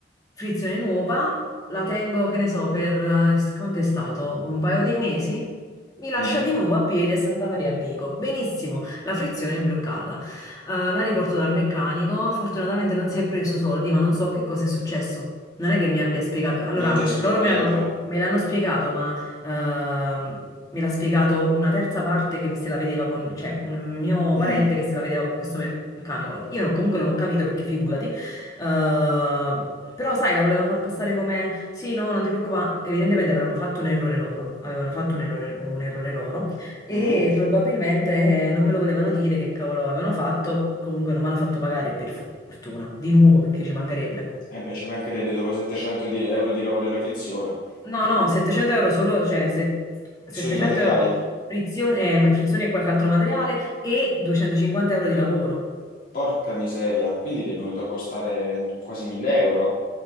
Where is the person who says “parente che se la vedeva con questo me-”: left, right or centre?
Left